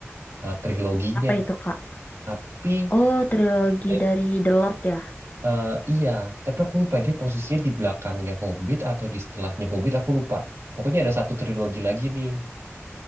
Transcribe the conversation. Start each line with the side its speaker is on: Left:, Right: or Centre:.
Right: eh, triloginya.
Left: Apa itu, Kak?
Right: Tapi
Left: Oh, trilogi
Right: eh,
Left: dari The Lord ya.
Right: Eh, iya, tapi aku lupa dia posisinya di belakangnya Hobbit atau di setelahnya Hobbit, aku lupa. Pokoknya ada satu trilogi lagi nih.